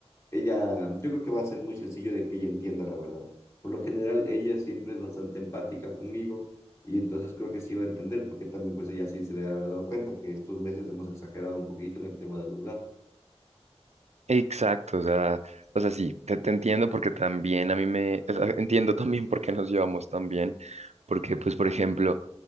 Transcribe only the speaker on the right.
Exacto, o sea, o sea, sí, te, te entiendo porque también a mí me, o sea, <laughs> entiendo también por qué nos llevamos tan bien, porque pues, por ejemplo,